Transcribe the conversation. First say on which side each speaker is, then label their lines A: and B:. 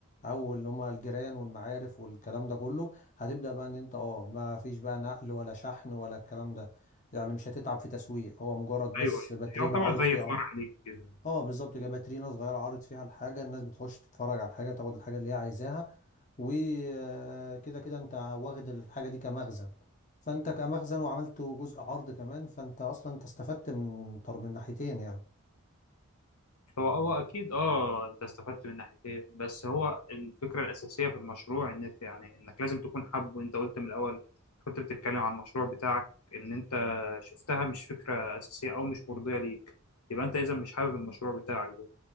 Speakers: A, on the left; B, on the left.
A: او اللي هم الجيران والمعارف والكلام ده كله هتبدأ بقى ان انت اه ما فيش بقى نقل ولا شحن ولا الكلام ده يعني مش هتتعب في تسويق هو مجرد بس
B: أيوه
A: باترينا
B: يعتبر
A: عارض
B: زي
A: فيه
B: فرع
A: اه
B: ليه كده
A: اه بالظبط كده باترينا صغيره عارض فيها الحاجه الناس بتخش تتفرج على الحاجه تاخد الحاجه اللي هي عايزاها وكده كده انت واخد الحاجه دي كمخزن فانت كمخزن وعملت جزء عرض كمان فانت اصلا انت استفدت من طر من ناحيتين يعني
B: هو هو اكيد اه انت استفدت من ناحيتين بس هو الفكره الاساسيه في المشروع انك يعني انك لازم تكون حابه انت قلت من الاول كنت بتتكلم عن المشروع بتاعك ان انت شفتها مش فكره اساسيه او مش مرضيه ليك يبقى انت اذا مش حابب المشروع بتاعك ده